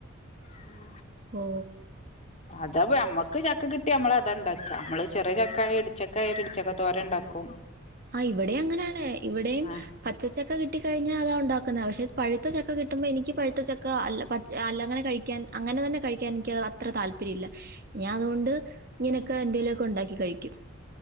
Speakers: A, on the left; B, on the right.
A: ഉം
B: ഓ
A: അതാപ്പൊ നമ്മക്ക് ചക്ക കിട്ട്യാ നമ്മളതാ ണ്ടാക്ക നമ്മള് ചെറിയ ചക്കായ ഇടിച്ചക്കായാല് ഇടിച്ചക്ക തോരണ്ടാക്കും
B: ആ ഇവിടേം അങ്ങനാണ് ഇവിടേം
A: ആ
B: പച്ചച്ചക്ക കിട്ടിക്കഴിഞ്ഞാ അതാ ഒണ്ടാക്കുന്നെ പക്ഷെ പഴുത്ത ചക്ക കിട്ടുമ്പോ എനിക്ക് പഴ്ത്ത ചക്ക അല്ല പ അല്ലങ്ങനെ കഴിക്കാൻ അങ്ങനെ തന്നെ കഴിക്കാൻ എനിക്കത് അത്ര താല്പര്യല്ല ഞാ അതോണ്ട് ഇങ്ങനൊക്കെ എന്തേലൊക്കെ ഉണ്ടാക്കി കഴിക്കും